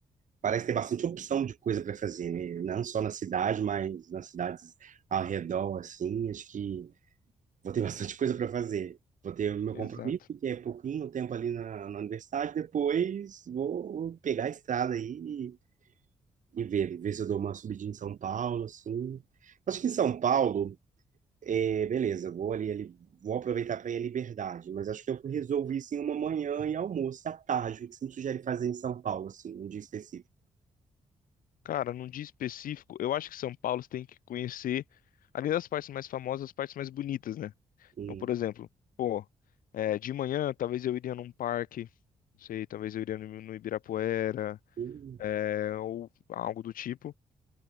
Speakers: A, on the right (about 65°); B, on the left (about 80°).
A: Parece ter bastante opção de coisa para fazer, né? Não só na cidade, mas nas cidades ao redor, assim. Acho que vou ter <laughs> bastante coisa para fazer. Vou ter o meu
B: Exato.
A: compromisso, que é pouquinho tempo ali na, na universidade. Depois vou pegar a estrada aí E ver, ver se eu dou uma subidinha em São Paulo, assim. Acho que em São Paulo, é, beleza, vou ali, ali- vou aproveitar para ir à Liberdade, mas acho que eu resolvi sim uma manhã e almoço e à tarde, o que você me sugere fazer em São Paulo, assim, um dia específico.
B: Cara, num dia específico, eu acho que São Paulo você tem que conhecer, além das partes mais famosas, as partes mais bonitas, né?
A: Hum,
B: Então, por exemplo, pô, é, de manhã talvez eu iria num parque, não sei, talvez eu iria no, no Ibirapuera,
A: hum.
B: é, ou algo do tipo.